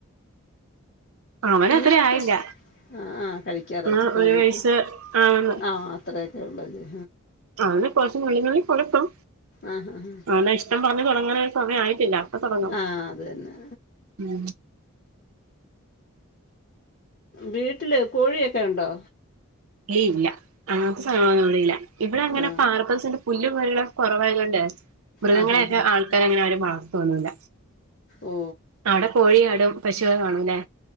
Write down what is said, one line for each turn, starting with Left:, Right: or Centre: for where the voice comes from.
Right: അവന്
Left: കുഞ്ഞുങ്ങൾക്ക്
Right: അത്ര ആയില്ല
Left: ഷ് ആ കഴിക്കാറാ
Right: എന്നാ
Left: ചിക്കൻ
Right: ഒരു
Left: എന്നിട്ട്
Right: വയസ്സ് ആവുന്നു
Left: ആഹ് അത്രയൊക്കെ ഉള്ളല്ലേ
Right: അെ കുറച് നളങ്ങളിൽ കൊളക്കം
Left: ആഹ് ഹഹ
Right: ആ ഇഷ്ടം പറഞ്ഞഞ് തുടങ്ങാന ഒരു സമയ ആയിട്ടില്ല തുടങ്ങും
Left: ആഹ് അത് തന്നെ
Right: ഉം
Left: വീട്ടിൽ കോഴിയൊക്കെ ഉണ്ടോ
Right: ഏ ഇല്ല അങ്ങനത്ത സാധനങ്ങളൊന്നും ഇവിടെ ഇല്ല ഇവിടെ അങ്ങനെ
Left: ആ
Right: പാർപ്പസിന്റെ പുല് പുഴികളൊക്കെ കുറവായത് കൊണ്ട് മൃഗങ്ങളെയൊക്കെ
Left: ആ ഹാ ഹാ
Right: ആൾക്ക ആക്കങ്ങനെ അവ വളർത്തോന്നൂല്ല
Left: ഓ
Right: അവിടെ കോഴിയാടും പശുക്കളും കാണുഅല്ലെ